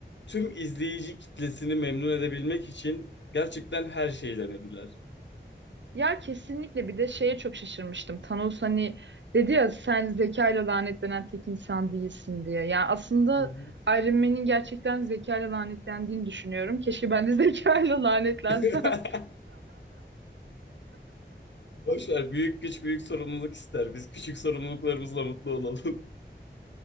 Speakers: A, on the left; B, on the right.
A: tüm izleyici kitlesini memnun edebilmek için gerçekten her şeyi denediler.
B: Ya kesinlikle bir de şeye çok şaşırmıştım. Thanos hani dedi ya sen zekayla lanetlenen tek insan değilsin diye. Yani aslında
A: Hı hı.
B: Iron Man'in gerçekten zekayla lanetlendiğini düşünüyorum. Keşke ben de <laughs> zekayla lanetlensem.
A: <laughs>
B: <laughs>
A: Boş ver, büyük güç büyük sorumluluk ister. Biz küçük sorumluluklarımızla mutlu olalım.